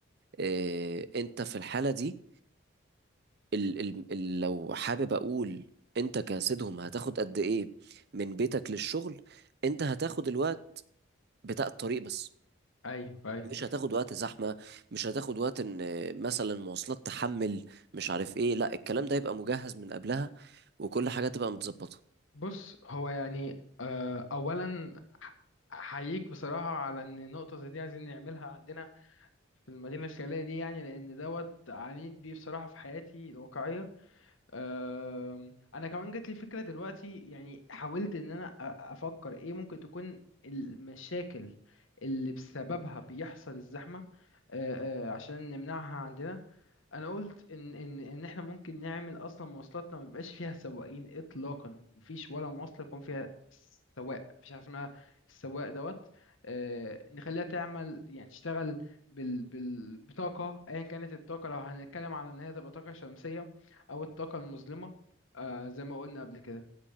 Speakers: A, on the right; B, on the left.
A: إيه انت في الحالة دي ال ال ال لو حابب اقول انت كسيدهم هتاخد قد ايه من بيتك للشغل انت هتاخد الوقت بتاع الطريق بس
B: ايوه ايوه
A: مش هتاخد وقت زحمة مش هتاخد وقت ان آه، مثلا مواصلات تحمل مش عارف ايه لا الكلام ده يبقى مجهز من قبلها وكل حاجة تبقى متظبطة
B: بص هو يعني آه، اولا أح- احييك بصراحة على ان نقطة زي دي عايزين نعملها عندنا في المدينة الخيالية دي يعني لأن دوت عانيت بيه بصراحة في حياتي الواقعية أم، أنا كمان جات لي فكرة دلوقتي يعني حاولت إن أنا أ- أفكر إيه ممكن تكون المشاكل اللي بسببها بيحصل الزحمة أه، أه، عشان نمنعها عندنا انا قلت ان ان ان احنا ممكن نعمل اصلا مواصلاتنا ما يبقاش فيها سواقين اطلاقا مفيش ولا مواصله يكون فيها سواق مفيش حاجه اسمها السواق دوت آه نخليها تعمل يعني تشتغل بال بال بطاقه ايا كانت الطاقه لو هنتكلم على ان هي تبقى طاقه شمسيه او الطاقه المظلمه آه زي ما قلنا قبل كده